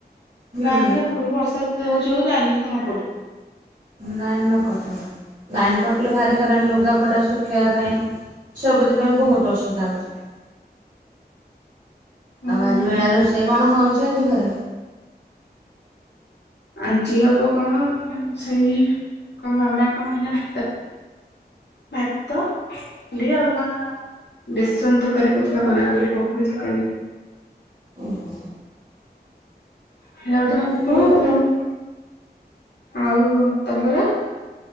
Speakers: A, on the right; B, on the left.
A: ହୁଁ
B: ଲାଇନ୍ ଟା ନକଟୁ ବର୍ଷା ଯେତେ ହଉଛି ହଉ ଲାଇନ୍ କିନ୍ତୁ ନକଟୁ।
A: ଲାଇନ୍ ନ କଟୁ। ଲାଇନ୍ କଟିଲେ ଭାରି ହଇରାଣ ଲୁଗାପଟା ଶୁଖେଇବା ପାଇଁ। ସବୁଥି ପାଇଁ ବହୁତ ଅସୁବିଧା ହଉଛି।
B: ହୁଁ
A: ଆଉ ଆଜି
B: ହୁଁ
A: ବେଳାରେ ରୋଷେଇ କଣ ହଉଛି ଆଜି ଘରେ?
B: ଆଜି ହବ କଣ ସେଇ କ ମାମା କଣ ଏଇନେ ଭାତ ଭାତ <unintelligible> ଆଉ କଣ ବେଶନ୍ ତକାରୀ କହୁଥିଲା କରିବ ବୋଲି ପକୁଡି ତକାରି।
A: ଉଁ ହୁଁ।
B: ସେଟା ବୋଧେ ହବ
A: ଟେ
B: ଆଉ। ଆଉ ତମର?